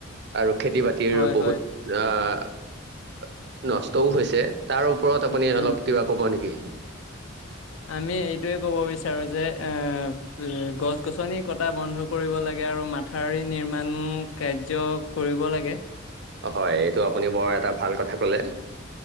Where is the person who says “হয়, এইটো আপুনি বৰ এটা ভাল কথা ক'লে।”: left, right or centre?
Right